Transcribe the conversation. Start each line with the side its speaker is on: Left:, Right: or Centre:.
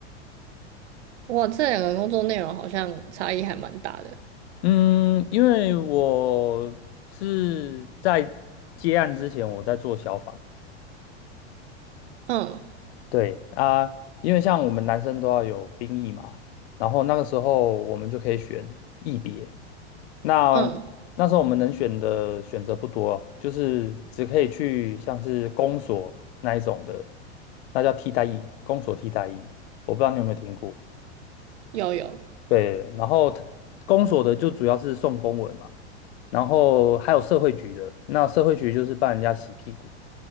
Right: 哇，这两个工作内容好像差异还蛮大的。
Left: 嗯，因为我是在接案之前我在做消防。
Right: 嗯
Left: 对啊，因为像我们男生都要有兵役嘛，然后那个时候我们就可以选役别。那那时候我们能选的选择不多，
Right: 嗯，
Left: 就是只可以去像是公所那一种的，那叫替代役，公所替代役，我不知道你有没有听过。
Right: 有有
Left: 对，然后它公所的就主要是送公文嘛，然后还有社会局的，那社会局就是帮人家洗屁股。